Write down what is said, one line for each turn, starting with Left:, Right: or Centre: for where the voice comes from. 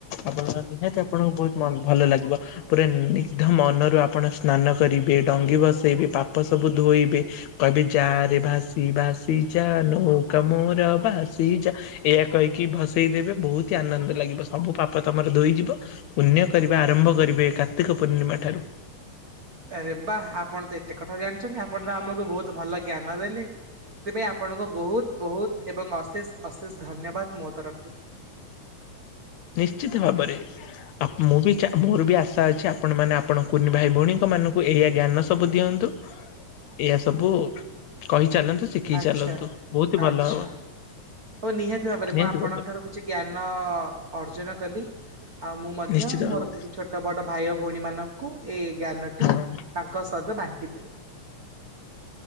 Left: ଆପଣ ନିହାତି ଆପଣଙ୍କୁ ବହୁତ ଭଲ ଲାଗିବ ପୁରା ନି ମନରୁ ଆପଣ ସ୍ନାନ କରିବେ ଡଙ୍ଗି ଭସେଇବେ ପାପ ସବୁ ଧୋଇବେ କହିବେ ଯା ରେ ଭାସି ଭା ସି ଯା ନୌକ ମୋର ଭାସି ଯା, ଏହା କହିକି ଭସେଇ ଦେବେ ବହୁତ ହି ଆନନ୍ଦ ଲାଗିବ, ସବୁ ପାପ ତମର ଧୋଇଯିବ ପୁଣ୍ୟ କରିବା ଆରମ୍ଭ କରିବେ କାର୍ତ୍ତିକ ପୂର୍ଣ୍ଣିମା ଠାରୁ।
Right: ଆରେ ବା ଆପଣ ତ ଏତେ କଥା ଜାଣିଚନ୍ତି ଆପଣ ତ ଆମକୁ ବହୁତ ଭଲ ଲାଗ ଜ୍ଞାନ ଦେଲେ ସେଥିପାଇଁ ଆପଣଙ୍କ ବହୁତ ବହୁତ ଏବଂ ଅଶେଷ ଅଶେଷ ଧନ୍ୟବାଦ ମୋ ତରଫରୁ।
Left: ନିଶ୍ଚିତ ଭାବରେ ଆପ ମୁଁ ବି ଚା ମୋର ବି ଆଶା ଅଛି ଆପଣ ମାନେ ଆପଣ କୁନି ଭାଇ ଭଉଣୀଙ୍କ ମାନଙ୍କୁ ଏଇଆ ଜ୍ଞାନ ସବୁ ଦିଅନ୍ତୁ, ଏଇଆ ସବୁ କହି ଚାଲନ୍ତୁ ଶିଖି
Right: ଆଛା
Left: ଚାଲନ୍ତୁ ବହୁତ ହି
Right: ଆଚ୍ଛା
Left: ଭଲ ହବ
Right: ହଉ ନିହାତି ଭାବରେ
Left: ନିହାତି
Right: ମୁଁ ଆପଣଙ୍କ
Left: ଭାବରେ।
Right: ଠାରୁ କିଛି ଜ୍ଞାନ ଅର୍ଜୁନ କଲି। ଆଉ ମୁଁ ମଧ୍ୟ
Left: ନିଶ୍ଚିତ
Right: ମୋର
Left: ଭାବରେ
Right: କିଛି ଛୋଟ ବଡ ଭାଇ ଓ ଭଉଣୀ ମାନଙ୍କୁ ଏ ଜ୍ଞାନଟି
Left: ହଁ
Right: ତାଙ୍କ ସହିତ ବାଣ୍ଟି ଦେବି।